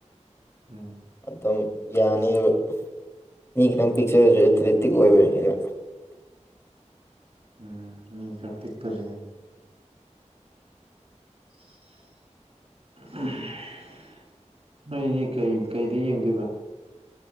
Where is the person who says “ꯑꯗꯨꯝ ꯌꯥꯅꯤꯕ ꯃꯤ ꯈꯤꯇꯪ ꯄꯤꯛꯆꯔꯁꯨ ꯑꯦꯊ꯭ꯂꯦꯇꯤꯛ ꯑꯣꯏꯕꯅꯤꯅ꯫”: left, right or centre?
Left